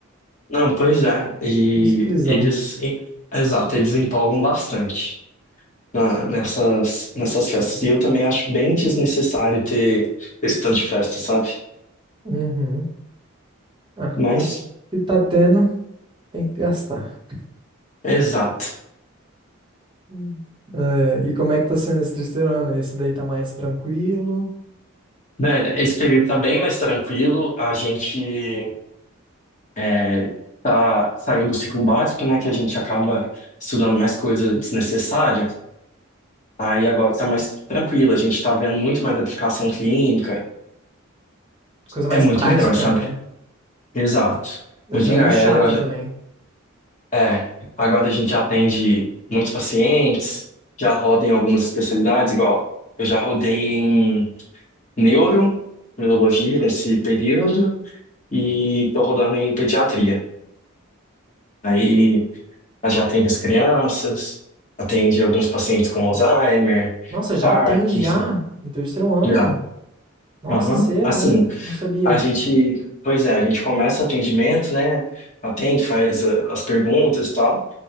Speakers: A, on the left; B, on the right.
A: Não, pois é. E
B: Muito simplesão.
A: eles, e- exato, eles empolgam bastante na- nessas, nessas festas. E eu também acho bem desnecessário ter esse tanto de festa, sabe?
B: Uhum. Ah,
A: Mas,
B: tá, se tá tendo, tem que gastar.
A: exato.
B: Hum. É, e como é que tá sendo esse terceiro ano? Esse daí tá mais tranquilo,
A: Velho, esse período tá bem mais tranquilo. A gente é, tá, saiu do ciclo básico, né? Que a gente acaba estudando mais coisa desnecessária. Aí agora tá mais tranquilo. A gente tá vendo muito mais aplicação clínica.
B: coisa mais
A: É muito
B: prática,
A: melhor, sabe?
B: né?
A: Exato.
B: Deve
A: Muito
B: ser
A: melhor.
B: menos
A: É,
B: chato
A: agora,
B: também.
A: é, agora a gente atende muitos pacientes, já roda em algumas especialidades, igual eu já rodei em neuro, neurologia nesse período, e tô rodando em pediatria. Aí ela já atende as crianças, atende alguns pacientes com Alzheimer,
B: Nossa, já
A: Parkinson.
B: atende já no terceiro ano?
A: Já.
B: Nossa,
A: Aham.
B: cedo,
A: Assim,
B: né? Não sabia.
A: a gente, pois é, a gente começa o atendimento, né? Atende, faz ah, as perguntas e tal.